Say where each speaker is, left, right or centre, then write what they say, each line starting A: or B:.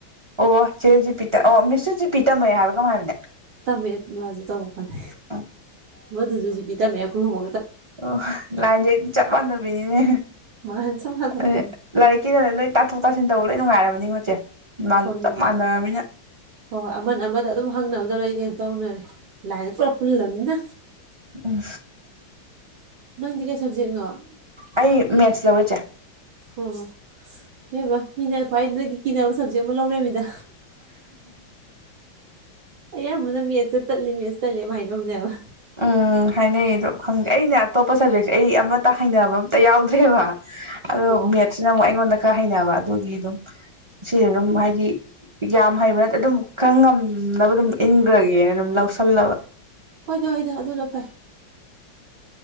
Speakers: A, on the right (about 35°); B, on the right (about 85°).
A: ꯑꯣ ꯁꯤꯦꯁꯤꯦ ꯄꯤ ꯑꯣ ꯃꯤꯁꯁꯤ ꯄꯤ ꯇꯝꯃꯦꯩ ꯍꯥꯏꯕ ꯀꯃꯥꯏ ꯍꯥꯏꯕꯅꯦ
B: <unintelligible> ꯇꯝꯃꯛ ꯄꯅꯦ
A: ꯑ
B: ꯃꯣꯏꯗꯨꯖꯖꯤ ꯄꯤꯥ ꯃꯦ ꯑꯩ ꯈꯃꯣ
A: ꯑꯣ ꯂꯥꯏꯟꯗꯤ ꯆꯞ ꯃꯥꯟꯅꯕꯤꯅꯤꯅꯦ
B: ꯃꯥꯅ ꯁꯨꯝ ꯍꯥꯟꯅꯈꯤꯅꯦ
A: ꯑ ꯂꯥꯏꯔꯤꯛꯀꯤꯗ ꯂꯣꯏ ꯇꯥꯊꯣꯛ ꯇꯥꯁꯤꯟ ꯇꯧ ꯂꯣꯏ ꯅꯨꯡꯉꯥꯏꯔꯝꯃꯅꯤꯉꯣ ꯆꯦ ꯃꯥꯟ
B: ꯍꯣꯏ ꯅꯨꯡꯉꯥꯏ
A: ꯆꯞ ꯃꯥꯟꯅꯔꯕꯅꯤꯅ
B: ꯍꯣꯏ ꯍꯣꯏ ꯑꯃꯅ ꯑꯃꯗ ꯑꯗꯨꯝ ꯍꯪꯅꯕꯗ ꯂꯣꯏ ꯌꯦ ꯇꯧꯅꯔꯦ ꯂꯥꯏꯟ ꯄꯨꯂꯞ ꯄꯨꯜꯂꯝꯅꯤꯅ
A: ꯎꯝ
B: ꯅꯪꯗꯤ ꯀꯩ ꯁꯕꯖꯦꯛꯅꯣ ꯑꯣ
A: ꯑꯩ ꯃꯦꯠꯁ ꯂꯧꯋꯤ ꯆꯦ
B: ꯑꯣ ꯏꯕ ꯃꯤꯅ ꯈ꯭ꯋꯥꯏꯗꯒꯤ ꯀꯤꯅꯕ ꯁꯕꯖꯦꯛ ꯑꯃ ꯂꯧꯅꯔꯃꯤꯗ ꯑꯌꯥꯝꯕꯅ ꯃꯦꯠꯁ ꯇꯠꯂꯤ ꯃꯦꯠꯁ ꯆꯠꯂꯤ ꯑꯗꯨ ꯍꯥꯏꯅꯕꯅꯦꯕ
A: ꯎꯝ ꯍꯥꯏꯅꯩ ꯑꯗꯣ ꯈꯪ ꯑꯩꯅ ꯑꯇꯣꯞꯄ ꯁꯕꯖꯦꯛꯁꯦ ꯑꯩ ꯑꯃ ꯇꯥ ꯍꯩꯅꯕ ꯑꯝꯇ ꯌꯥꯎꯗ꯭ꯔꯦꯕ ꯑꯗꯣ
B: ꯑꯣ
A: ꯃꯦꯠꯁ ꯑꯃꯨꯛ ꯑꯩꯉꯣꯟꯗ ꯈꯔ ꯍꯩꯅꯕ ꯑꯗꯨꯒꯤ ꯑꯗꯨꯝ ꯁꯤ ꯑꯗꯨꯝ ꯍꯥꯏꯗꯤ ꯌꯥꯝ ꯍꯩꯕ ꯅꯠꯇꯦ ꯑꯗꯨꯝ ꯈꯔ ꯉꯝ ꯅꯕ ꯗꯨꯝ ꯏꯟꯈ꯭ꯔꯒꯦꯅ ꯑꯗꯨꯝ ꯂꯧꯁꯜꯂꯕ
B: ꯍꯣꯏꯗ ꯍꯣꯏꯗ ꯑꯗꯨꯅ ꯐꯩ